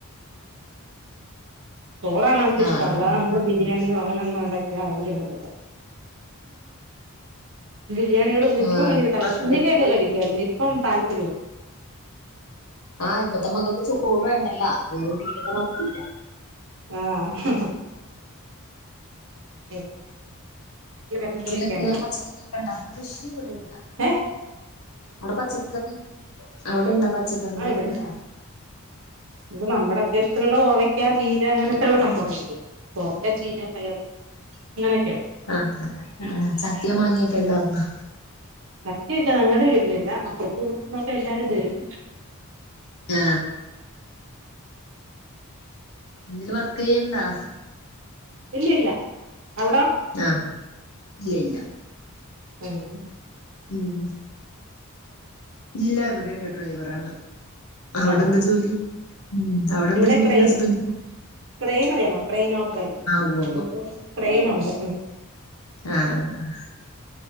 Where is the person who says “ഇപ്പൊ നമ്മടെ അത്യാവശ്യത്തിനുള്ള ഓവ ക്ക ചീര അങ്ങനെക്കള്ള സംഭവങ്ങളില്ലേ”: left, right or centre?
Right